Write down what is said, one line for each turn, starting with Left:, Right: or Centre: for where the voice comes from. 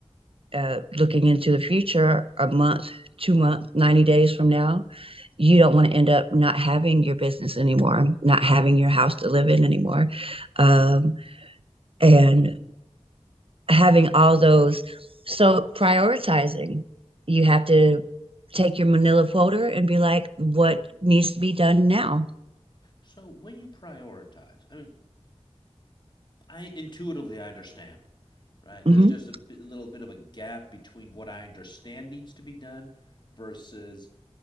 Right: uh, looking into the future, a month, two months, 90 days from now, you don't want to end up not having your business anymore, not having your house to live in anymore. Um, and having all those. So prioritizing, you have to take your manila folder and be like, what needs to be done now?
Left: so when you prioritize, I mean, I intuitively I understand, right? There's
Right: hmm
Left: just a bit, little bit of a gap between what I understand needs to be done versus